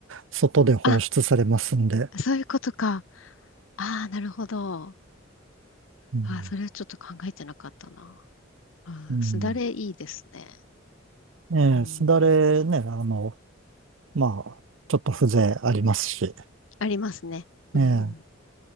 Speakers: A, on the right; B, on the left.
A: 外で放出されますんで。
B: あ、そういうことか。ああ、なるほど。
A: うん。
B: ああ、それはちょっと考えてなかったな。ああ、
A: うん、
B: すだれいいですね。
A: ええすだれね、
B: うん。
A: あの、まあ、ちょっと風情ありますし。
B: ありますね。うんうん。
A: ええ